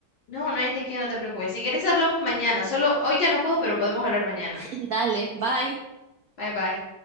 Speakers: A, on the left; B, on the right.
A: No, no hay de qué, no te preocupes. Si quieres hablamos mañana. Solo hoy ya no puedo, pero podemos hablar mañana.
B: <laughs> Dale, bye.
A: Bye bye.